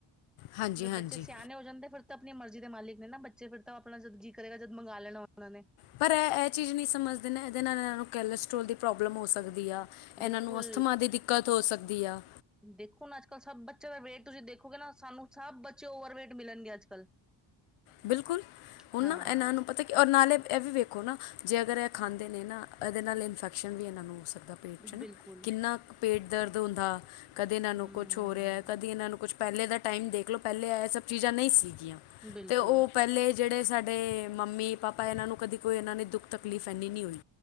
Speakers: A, on the left; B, in the centre.
A: ਹਾਂਜੀ
B: ਜਦ
A: ਹਾਂਜੀ
B: ਬੱਚੇ ਸਿਆਣੇ ਹੋ ਜਾਂਦੇ ਫਿਰ ਆਪਣੀ ਮਰਜ਼ੀ ਦੇ ਮਾਲਿਕ ਨੇ ਨਾ ਬੱਚੇ ਫਿਰ ਤਾਂ ਆਪਣਾ ਜਦ ਜੀ ਕਰੇਗਾ ਜਦ ਮੰਗਾ ਲੈਣਾ ਉਹਨਾਂ ਨੇ।
A: ਪਰ ਐ ਐ ਚੀਜ਼ ਨਹੀਂ ਸਮਝਦੇ ਨੇ ਇਹਦੇ ਨਾਲ ਇਹਨਾਂ ਨੂੰ ਕੈਲਸਟ੍ਰੋਲ ਦੀ ਪ੍ਰੋਬਲਮ ਹੋ ਸਕਦੀ ਆ। ਇਹਨਾਂ
B: ਬਿਲਕੁਲ
A: ਨੂੰ ਅਸਥਮਾਂ ਦੀ ਦਿੱਕਤ ਹੋ ਸਕਦੀ ਆ।
B: ਦੇਖੋ ਨਾ ਅੱਜ-ਕੱਲ੍ਹ ਸਭ ਬੱਚਿਆਂ ਦਾ ਵੇਟ ਤੁਸੀਂ ਦੇਖੋਗੇ ਨਾ ਸਾਨੂੰ ਸਭ ਬੱਚੇ ਓਵਰਵੇਟ ਮਿਲਣਗੇ ਅੱਜ-ਕੱਲ੍ਹ।
A: ਬਿਲਕੁਲ ਹੁਣ
B: ਹਾਂ
A: ਨਾ ਇਹਨਾਂ ਨੂੰ ਪਤਾ ਔਰ ਨਾਲੇ ਇਹ ਵੀ ਵੇਖੋ ਨਾ ਜੇ ਅਗਰ ਇਹ ਖਾਂਦੇ ਨੇ ਨਾ ਇਹਦੇ ਨਾਲ ਇਨਫੈਕਸ਼ਨ ਵੀ ਇਹਨਾਂ ਨੂੰ ਹੋ ਸਕਦਾ। ਪੇਟ 'ਚ ਨਾ
B: ਬਿਲਕੁਲ
A: ਕਿੰਨਾ ਕ ਪੇਟ ਦਰਦ ਹੁੰਦਾ ਕਦੇ ਇਹਨਾਂ ਨੂੰ
B: ਹਮ
A: ਕੁ ਕੁਛ ਹੋ ਰਿਹਾ ਏ ਕਦੀ ਇਹਨਾਂ ਨੂੰ ਕੁਛ ਪਹਿਲੇ ਦਾ ਟਾਈਮ ਦੇਖ ਲਓ ਪਹਿਲੇ ਇਹ ਸਭ ਚੀਜ਼ਾਂ ਨਈ ਸੀਗੀਆਂ,
B: ਬਿਲਕੁਲ
A: ਤੇ ਉਹ ਪਹਿਲੇ ਜਿਹੜੇ ਸਾਡੇ ਮੰਮੀ -ਪਾਪਾ ਇਹਨਾਂ ਨੂੰ ਕਦੀ ਕੋਈ ਇਹਨਾਂ ਨੇ ਦੁੱਖ ਤਕਲੀਫ ਇੰਨੀ ਨੀ ਹੋਈ।